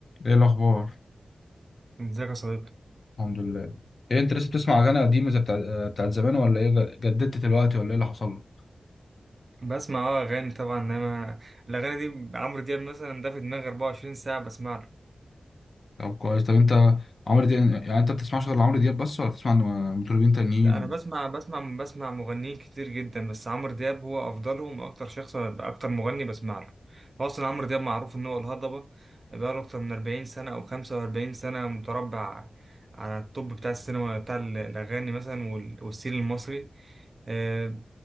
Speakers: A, on the left; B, on the right.
A: ايه الاخبار
B: ازيك يا صديقي
A: الحمد لله ايه انت لسه بتسمع اغاني قديمه زي بتاع آه، بتاعت زمان ولا ايه جددت دلوقتي ولا ايه اللي حصل لك
B: بسمع اه اغاني طبعا انما الاغاني دي عمرو دياب مثلا ده في دماغي 24 ساعه بسمع له
A: طب كويس طب انت عمرو دياب يعني انت بتسمعش غير عمرو دياب بس ولا بتسمع ان مطربين تانيين
B: لا انا بسمع بسمع بسمع مغنيين كتير جدا بس عمرو دياب هو افضلهم واكتر شخص اكتر مغني بسمع له هو اصلا عمرو دياب معروف ان هو الهضبه بقاله اكتر من 40 سنه او 45 سنه متربع على التوب بتاع السينما بتاع الاغاني مثلا وال- والسين المصري آه،